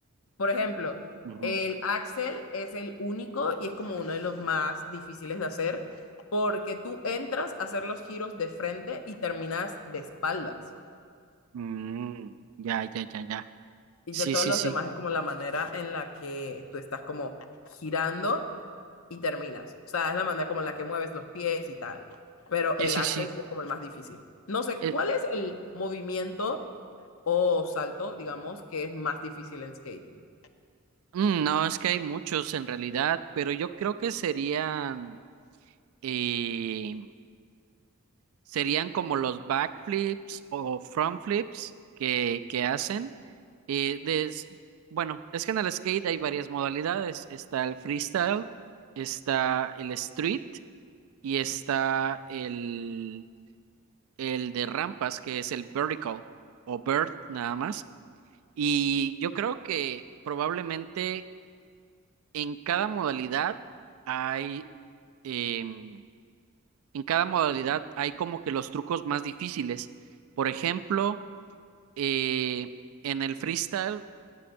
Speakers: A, on the left; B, on the right.
A: Por ejemplo,
B: Ujú.
A: el Axel es el único y es como uno de los más difíciles de hacer porque tú entras a hacer los giros de frente y terminas de espaldas.
B: Mm, ya, ya, ya, ya.
A: Y
B: Sí,
A: ya todos
B: sí,
A: los
B: sí.
A: demás es como la manera en la que tú estás como girando y terminas. O sea, es la manera como en la que mueves los pies y tal. Pero
B: Sí,
A: el
B: sí,
A: Axel
B: sí.
A: sí es como el más difícil. No sé,
B: Eh,
A: ¿cuál es el movimiento o salto, digamos, que es más difícil en skating?
B: mm, no, es que hay muchos en realidad, pero yo creo que serían... eh, serían como los backflips o front flips que, que hacen. Eh, des- bueno, es que en el skate hay varias modalidades. Está el freestyle, está el street y está el, el de rampas, que es el vertical o vert nada más. Y yo creo que probablemente en cada modalidad hay, em, en cada modalidad hay como que los trucos más difíciles. Por ejemplo, eh, en el freestyle